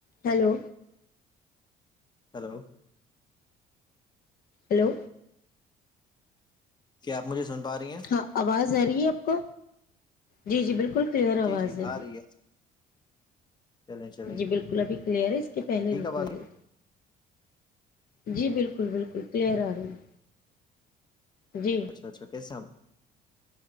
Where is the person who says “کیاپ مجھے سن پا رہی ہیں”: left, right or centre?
Left